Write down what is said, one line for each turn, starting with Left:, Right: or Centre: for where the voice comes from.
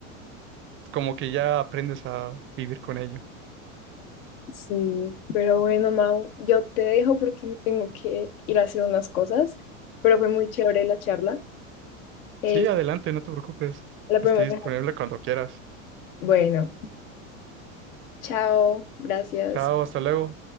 Right: como que ya aprendes a vivir con ello.
Left: sí, pero bueno, Mau, yo te dejo porque me tengo que ir a hacer unas cosas, pero fue muy chévere la charla. Eh,
Right: Sí, adelante, no te preocupes.
Left: la podemos
Right: Estoy disponible
Left: dejar.
Right: cuando quieras.
Left: Bueno. Chao, gracias.
Right: Chao, hasta luego.